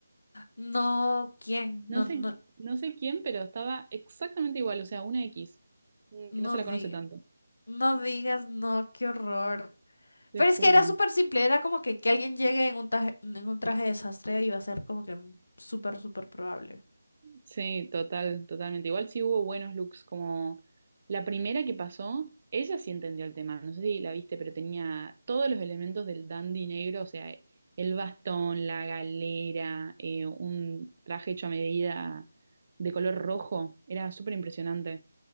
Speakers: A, on the left (about 65°); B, on the right (about 35°).
A: No, ¿quién?
B: No
A: No,
B: sé,
A: no,
B: no sé quién, pero estaba exactamente igual, o sea, una X, mm,
A: no
B: que no se la
A: di-
B: conoce tanto,
A: no digas, no, qué horror.
B: te
A: Pero
B: juro.
A: es que era súper simple, era como que, que alguien llegue en un traje, en un traje de desastre iba a ser como que mm, súper, súper probable.
B: Sí, total, totalmente. Igual sí hubo buenos looks, como la primera que pasó, ella sí entendió el tema, no sé si la viste, pero tenía todos los elementos del dandy negro, o sea, el bastón, la galera, eh, un traje hecho a medida de color rojo, era súper impresionante,